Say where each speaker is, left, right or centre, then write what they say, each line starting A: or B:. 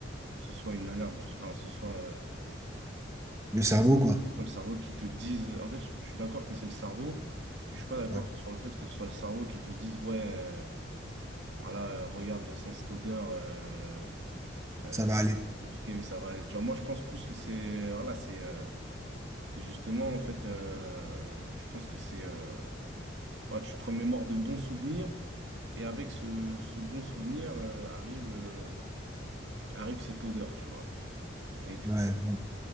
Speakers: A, on the right; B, on the right.
A: ce soit une alerte, du- enfin, ce soit,
B: Le cerveau, quoi.
A: le cerveau qui te dise. En fait, je je suis d'accord que c'est le cerveau, mais je suis pas d'accord
B: Ouais,
A: sur le fait que ce soit le cerveau qui te dise, ouais, euh, voilà, euh, regarde, sans cette odeur, euh, euh,
B: ça va
A: c'est
B: aller.
A: pas compliqué, mais ça va aller. Tu vois, moi, je pense plus que c'est, voilà, c'est, euh, c'est justement, en fait, euh, je pense que c'est, euh, voilà, tu te remémores de bons souvenirs, et avec ce, ce bon souvenir, euh, arrive, euh, arrive cette odeur, tu vois. Et du
B: Ouais,
A: coup,
B: ouais.